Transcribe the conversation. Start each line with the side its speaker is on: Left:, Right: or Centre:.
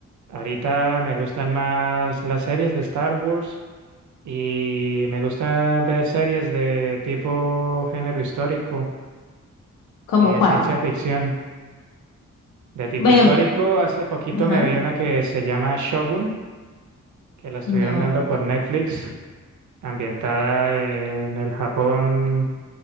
Right: Ahorita me gustan más las series de Star Wars y me gustan ver series de tipo género histórico
Left: ¿Cómo
Right: y de
Left: cuál?
Right: ciencia ficción. De tipo
Left: Bueno,
Right: histórico, hace poquito
Left: ajá,
Right: me vi una que se llama Shogun, que la estuvieron
Left: no.
Right: dando por Netflix, ambientada en el Japón